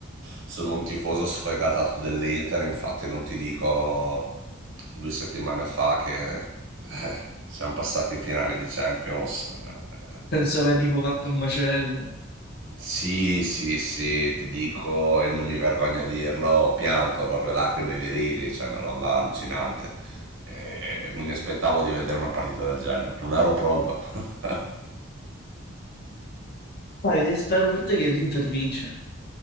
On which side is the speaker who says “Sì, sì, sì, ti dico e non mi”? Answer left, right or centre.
Right